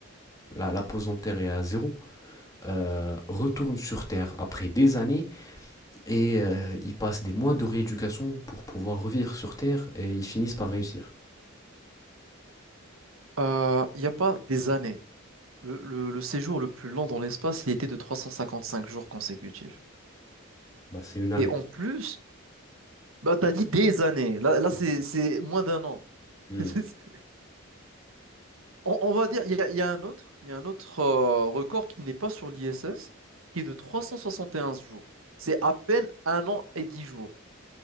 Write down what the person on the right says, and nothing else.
euh, il n'y a pas des années. Le, le- le séjour le plus long dans l'espace, il était de 355 jours consécutifs.
Et en plus, bah, tu as dit des années. Là, là c'est, c'est moins d'un an.
<laughs> On, on va dire, il y a, il y a un autre, il y a un autre euh, record qui n'est pas sur l'ISS, qui est de 371 jours. C'est à peine un an et dix jours.